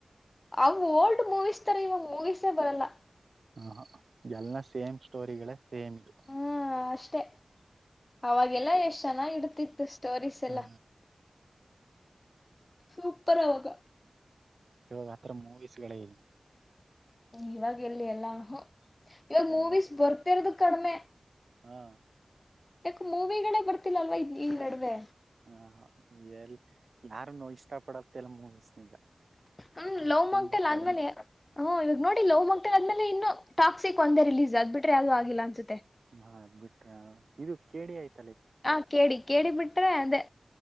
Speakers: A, on the left (about 35°); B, on the right (about 70°).
A: ಅವು ಓಲ್ಡ್. ಮೂವಿಸ್ ತರ ಇವಾಗ ಮೂವೀಸೇ ಬರಲ್ಲ.
B: ಹಹ ಎಲ್ಲ ಸೇಮ್ ಸ್ಟೋರಿಗಳೇ. ಸೇಮ್ ಇದು
A: ಹ್ಮ ಅಷ್ಟೆ ಅವಾಗೆಲ್ಲ ಎಷ್ಟ ಚೆನ್ನಾಗ ಇಡತಿತ್ತು ಸ್ಟೋರೀಸ್
B: ಹ
A: ಎಲ್ಲ. ಸೂಪರ್ ಆವಾಗ
B: ಇವಾಗ ಆತರ ಮೂವೀಸ್ ಗಳೇ ಇಲ್ಲ.
A: ಇವಾಗ ಎಲ್ಲಿ ಎಲ್ಲಾ ಅಹಂ. ಇವಾಗ
B: ಎಲ್ಲ
A: ಮೂವೀಸ್ ಬರ್ತಿರೋದು. ಕಡಮೆ.
B: ಹಾ.
A: ಯಾಕ ಮೂವಿಗಳೇ ಬರ್ತಿಲ್ಲಲ್ವ ಈ ಈ ನಡುವೆ.
B: ಹ ಎಲ್ ಯಾರುನು ಇಷ್ಟ ಪಡತ್ತ ಇಲ್ಲ ಮೂವಿಸ್ನ ಈಗ.
A: ಹ್ಮ್ ಲವ್
B: ತುಂಬಾ
A: ಮಾಕ್ಟೇಲ್
B: ಕಡಿಮೆ
A: ಆದ್ಮೇಲೆ ಹ್ಮ್ ಇವಾಗ ನೋಡಿ ಲವ್ ಮಾಕ್ಟೇಲ್ ಆದ್ಮೇಲೆ. ಇನ್ನು ಟಾಕ್ಸಿಕ ಒಂದೇ ರಿಲೀಸ್ ಅದ ಬಿಟ್ರೆ ಯಾವದು ಆಗಿಲ್ಲ ಅನ್ಸತ್ತೆ.
B: ಹ್ಮ್ ಅದ ಬಿಟ್ರಾ ಇದು ಕೇ ಡಿ ಆಯ್ತು.
A: ಹ ಕೆ ಡಿ. ಕೆ ಡಿ ಬಿಟ್ರೆ ಅದೇ